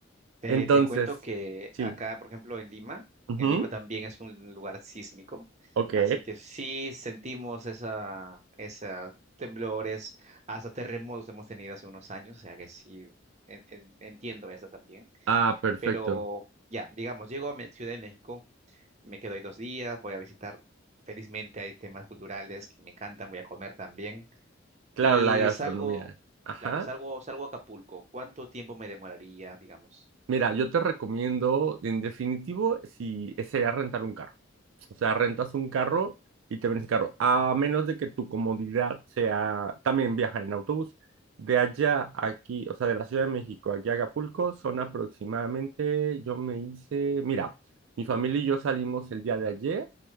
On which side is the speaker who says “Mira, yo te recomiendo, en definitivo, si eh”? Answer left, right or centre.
Right